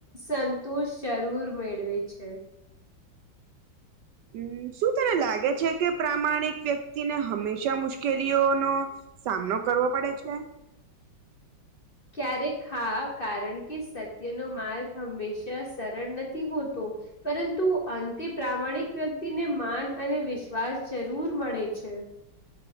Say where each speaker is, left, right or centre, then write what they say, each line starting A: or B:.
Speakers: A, on the left (about 35°); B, on the right (about 70°).
A: સંતુંષ જરૂર મેળવે છે.
B: હમ શું તને લાગે છે કે પ્રામાણિક વ્યક્તિને હંમેશા મુશ્કેલીઓનો સામનો કરવો પડે છે?
A: ક્યારેક હા. કારણ કે સત્યનો માર્ગ હંમેશા સરળ નથી હોતો. પરંતુ અંતે પ્રામાણિક વ્યક્તિને માન અને વિશ્વાસ જરૂર મળે છે.